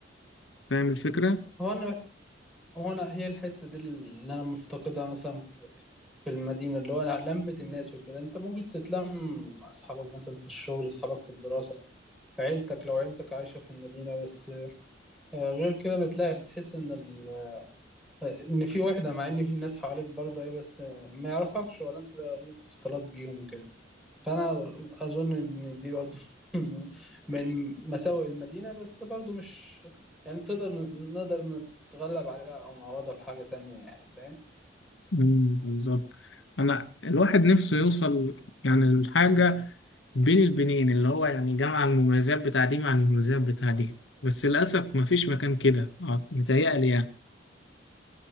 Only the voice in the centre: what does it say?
هو أنا هو أنا هي الحتة دي اللي أنا مفتقدها مثلا في في المدينة اللي هو لمة الناس وكده أنت ممكن تتلم مع أصحابك مثلا في الشغل أصحابك في الدراسة عيلتك لو عيلتك عايشة في المدينة بس آه، غير كده بتلاقي بتحس إن ال... آه، إن في وحدة مع إن في ناس حواليك برضه إيه بس آه، ما يعرفكش ولا أنت اللي في اختلاط بيهم وكده فأنا أظن إن دي برضه <laughs> من مساوئ المدينة بس برضه مش يعني تقدر نقدر نتغلب عليها أو نعوضها بحاجة تانية يعني فاهم؟